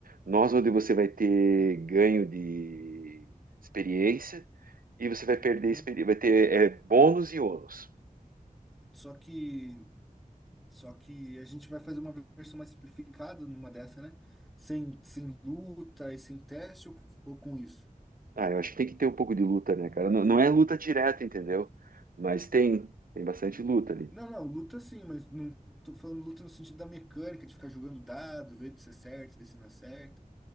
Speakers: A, on the right; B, in the centre.
A: nós onde você vai ter ganho de experiência, e você vai
B: Uhum.
A: perder experiência, vai ter é, bônus e ônus.
B: Só que, só que a gente vai fazer uma versão mais simplificada numa dessa, né? Sem, sem luta e sem teste ou, ou com isso?
A: Ah, eu acho que tem que ter um pouco de luta, né, cara? Não, não é luta direta, entendeu? Mas tem, tem bastante luta ali.
B: Não, não, luta sim, mas não tô falando luta no sentido da mecânica, de ficar jogando dado, ver se acerta, ver se não acerta.